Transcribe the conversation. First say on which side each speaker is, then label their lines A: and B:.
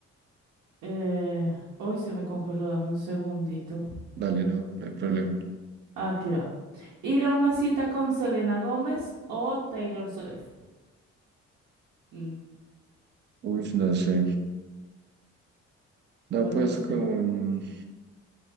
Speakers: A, on the right; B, on the right.
A: Eh, hoy se me congeló, dame un segundito.
B: dale, no, no hay problema.
A: Aquí va. Ir a una cita con Selena Gómez o Taylor Swift. Mm,
B: Uy, no sé. No,
A: pues
B: pues
A: no sé.
B: con...